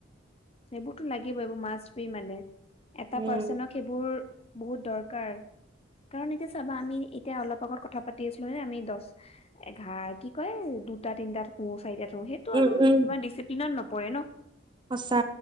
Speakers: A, on the left (about 30°); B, on the right (about 25°).
A: সেইবোৰতো লাগিবই এইব মাষ্ট বি মানে এটা
B: উম
A: পাৰ্চনক সেইবোৰ। বহুত দৰকাৰ। কাৰণ এতিয়া চাবা আমি এতিয়া অলপ আগত কথা পাতি আছিলোঁ নে আমি দছ এঘাৰ কি কয়। দুটা তিনটাত শুও চাৰিটাত শুনো সেইটো
B: উম
A: আৰু
B: উম
A: ইমান ডিচিপ্লিনত নপৰে ন।
B: সঁচা